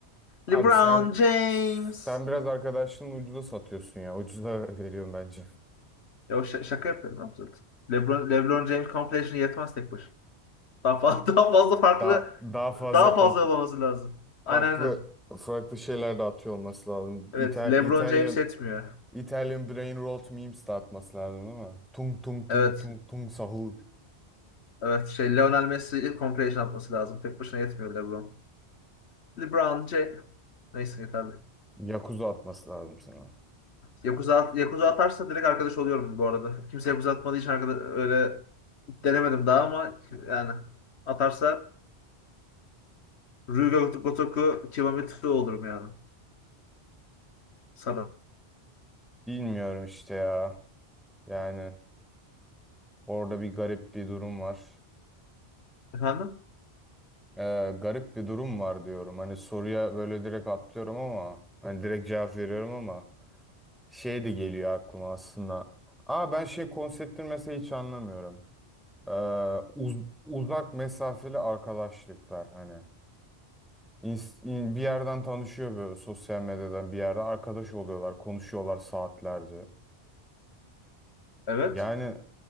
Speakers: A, in the centre; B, on the left (about 75°).
A: Abi
B: LeBron
A: sen
B: James.
A: sen biraz arkadaşının ucuza satıyorsun ya. Ucuza <laughs> veriyorum bence.
B: Ya o şa- şaka yapıyorum abi zaten. LeBron, LeBron James compilation yetmez tek başına. Daha fazla, <laughs> daha fazla farklı
A: Daha daha fazla
B: daha
A: komple,
B: fazla olması lazım.
A: farklı
B: Aynen aynen.
A: farklı şeyler de atıyor olması lazım.
B: Evet,
A: İta-
B: LeBron
A: İtalyan
B: James yetmiyor.
A: Italian brain rot memes de atması lazım değil mi? Tung tung tung
B: Evet.
A: tung tung sahur.
B: Evet, şey Lionel Messi compilation atması lazım. Tek başına yetmiyor LeBron. LeBron James. Neyse yeterli.
A: Yakuza atması lazım sana.
B: Yakuza, Yakuza atarsa direkt arkadaş oluyorum bu arada. Kimse Yakuza atmadığı için arkadaş, öyle denemedim daha ama yani atarsa Ryuga Gotoku Kibamitsu olurum yani. Sana.
A: Bilmiyorum işte ya. Yani orada bir garip bir durum var.
B: Efendim?
A: Ee, garip bir durum var diyorum. Hani soruya böyle direkt atlıyorum ama hani direkt cevap veriyorum ama Şey de geliyor aklıma aslında. Aa ben şey konseptini mesela hiç anlamıyorum. Ee, uz- uzak mesafeli arkadaşlıklar hani. İns- in- bir yerden tanışıyor böyle sosyal medyadan bir yerde arkadaş oluyorlar, konuşuyorlar saatlerce.
B: Evet.
A: Yani